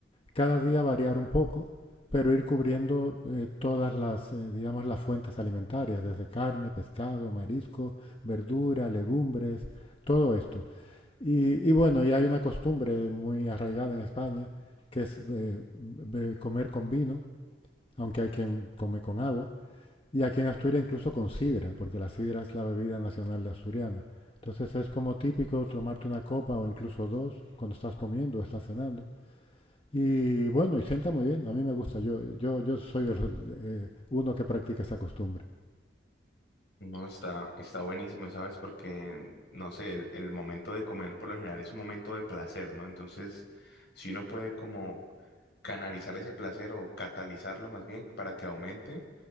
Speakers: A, on the left (about 30°); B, on the left (about 65°).
A: cada día variar un poco, pero ir cubriendo eh, todas las, eh, digamos, las fuentes alimentarias, desde carne, pescado, marisco, verdura, legumbres, todo esto. Y, y bueno, y hay una costumbre muy arraigada en España, que es eh, be- comer con vino, aunque hay quien come con agua. Y aquí en Asturias incluso con sidra, porque la sidra es la bebida nacional de asturiana. Entonces es como típico tomarte una copa o incluso dos cuando estás comiendo o estás cenando. Y bueno, y sienta muy bien, a mí me gusta, yo, yo, yo soy de los, eh, uno que practica esa costumbre.
B: No, está, está buenísimo, ¿sabes? Porque, no sé, el, el momento de comer por lo general es un momento de placer, ¿no? Entonces, si uno puede como canalizar ese placer o catalizarlo más bien para que aumente,